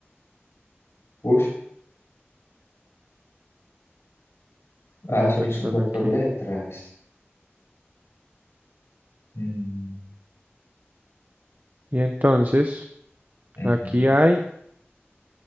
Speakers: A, on the left; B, on the right.
A: Ush. Ah,
B: una
A: solo
B: persona
A: son cuatro
B: aquí.
A: letras. Mm,
B: Y entonces,
A: ujú.
B: aquí hay